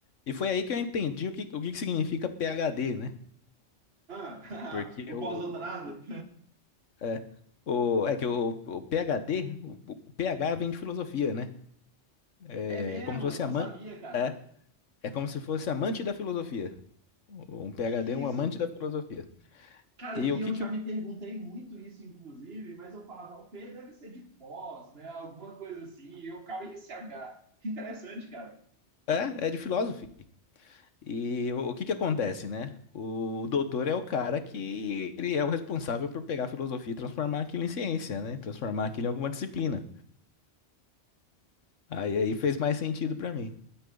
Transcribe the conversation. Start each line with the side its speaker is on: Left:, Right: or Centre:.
Left: E foi aí que eu entendi o que, o que que significa PhD, né?
Right: Ah,
Left: Porque
Right: <laughs> o
Left: o,
Right: pós-doutorado?
Left: o É, o, é que o, o PhD, o, o PH vem de filosofia, né? É
Right: É mesmo?
Left: como se fosse
Right: Eu Não
Left: amante
Right: sabia, cara.
Left: é, é como se fosse amante da filosofia. Um PhD
Right: Que isso?
Left: é um amante da filosofia.
Right: Cara,
Left: E
Right: e
Left: o que
Right: eu já
Left: que o-
Right: me perguntei muito isso, inclusive, mas eu falava, o P deve ser de pós, né? Alguma coisa assim. E eu ficava em CH. Interessante, cara.
Left: é, é de filósofo. E o, o que que acontece, né? O, doutor é o cara que ele é o responsável por pegar a filosofia e transformar aquilo em ciência, né? Transformar aquilo em alguma disciplina. Aí aí fez mais sentido pra mim.